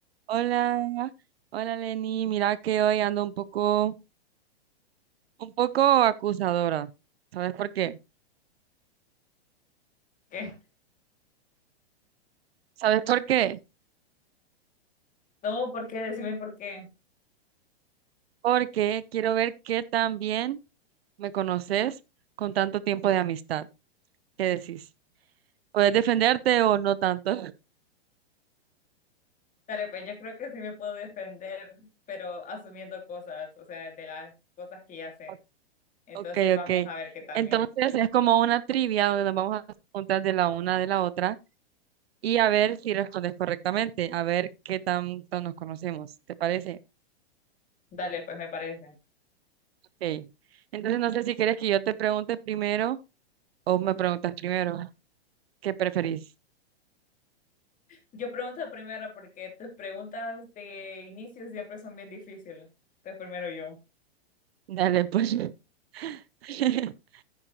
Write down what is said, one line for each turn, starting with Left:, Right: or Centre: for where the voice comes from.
Right: Hola, hola Lenny, mira que hoy ando un poco, un poco acusadora. ¿Sabes por qué?
Left: ¿Qué?
Right: ¿Sabes por qué?
Left: No, ¿por qué? Decime por qué.
Right: Porque quiero ver qué tan bien me conoces con tanto tiempo de amistad. ¿Qué decís? ¿Puedes defenderte o no tanto?
Left: Dale, pues yo creo que sí me puedo defender, pero asumiendo cosas, o sea, de las cosas que ya sé.
Right: <laughs>
Left: Entonces
Right: Ok,
Left: vamos
Right: ok.
Left: a ver qué también.
Right: Entonces es como una trivia donde nos vamos a preguntar de la una de la otra y a ver si respondes correctamente, a ver qué tanto nos conocemos. ¿Te parece?
Left: Dale, pues me parece.
Right: Ok. Entonces no sé si quieres que yo te pregunte primero o me preguntas primero. ¿Qué preferís?
Left: Yo pregunto primero porque tus preguntas de inicio siempre son bien difíciles. Entonces primero yo.
Right: Dale, pues. <laughs>